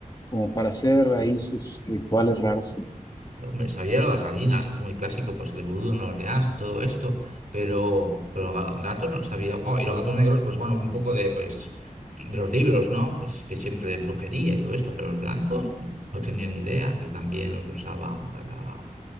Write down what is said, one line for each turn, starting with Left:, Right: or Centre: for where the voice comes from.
Left: como para hacer ahí sus rituales raros.
Right: Hombre, sabía lo de las gallinas, que es muy clásico, pues el vudú en Nueva Orleans y todo esto, pero, pero ga- gatos no sabía. Guau, y los gatos negros, pues bueno, un poco de, pues, de los libros, ¿no? Pues que siempre de brujería y todo esto, pero los blancos no tenían ni idea que también los usaban para,